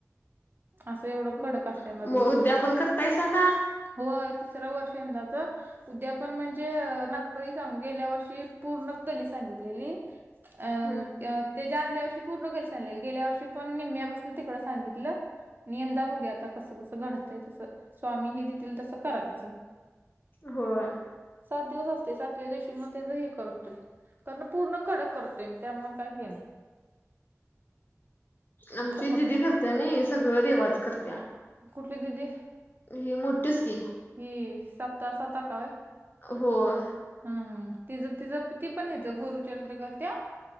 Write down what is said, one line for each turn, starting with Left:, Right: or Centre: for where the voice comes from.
Right: असं एवढं
Left: हं.
Right: कडक असतंय माझं
Left: मग
Right: गुरुचरित्र.
Left: उद्या पण करतायसा का?
Right: होय तिसरं वर्ष यंदाचं. उद्यापण म्हणजे मारकळी सांग गेल्या वर्षी पूर्ण गल्ली सांगितलेली. अ
Left: हम्म
Right: अ तेजा आदल्या वर्षी पूर्ण गल्ली सांगितलेली गेल्या वर्षी पण निम्यापासन तिकडं सांगितलं. आणि यंदा बघूया आता कस-कस घडतय तस स्वामी हे देतील तस करायचं.
Left: होय.
Right: सात दिवस आसते सातव्या दिवशी मग तेज हे करतो कारण पूर्ण कडक करतोय मी त्यामुळे काय हे नाही.
Left: आमची
Right: असं करतोय
Left: दीदी करत्या नाही सगळं देवाच करत्या.
Right: कुठली दीदी?
Left: ही मोठीच की.
Right: ही सत्ता-सत्ता अका होय.
Left: होय.
Right: हम् हम तिज तिज ती पण हचं गुरुचरित्र करत्या?